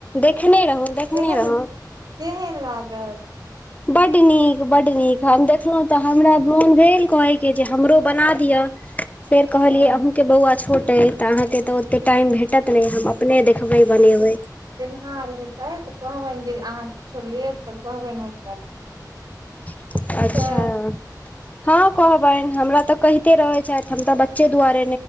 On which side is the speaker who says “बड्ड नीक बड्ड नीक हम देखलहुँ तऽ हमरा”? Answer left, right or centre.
Left